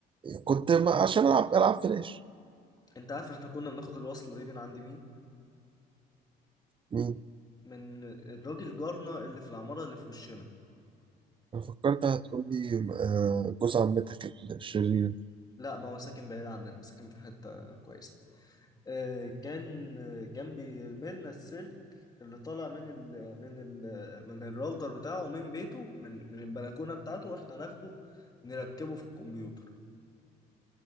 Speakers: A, on the right (about 30°); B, on the left (about 25°).
A: كنت ب- عشان العب العب فلاش
B: انت عارف احنا كنا بناخد الوصلة دي من عند مين
A: مم.
B: من الراجل جارنا اللي في العمارة اللي في وشنا
A: انا فكرت هتقول لي آه، جوز عمتك الشرير
B: لا ما هو ساكن بعيد عننا ساكن في حتة كويسة آه، كان آه، كان بيرملنا السلك اللي طالع من ال من ال من الراوتر بتاعه من بيته من من البلكونة بتاعته احنا ناخده نركبه في الكمبيوتر